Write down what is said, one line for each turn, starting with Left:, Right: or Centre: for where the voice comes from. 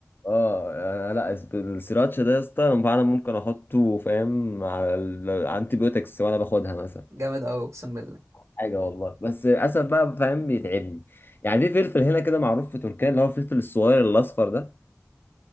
Left: اه انا لا اس- السراتشا ده يا اسطى انا فعلا ممكن احطه فاهم على الانتي بيوتكس وانا باخدها مثلا
Right: جامد قوي اقسم بالله
Left: حاجه والله بس للاسف بقى فاهم بيتعبني يعني في فلفل هنا كده معروف في تركيا اللي هو الفلفل الصغير الاصفر ده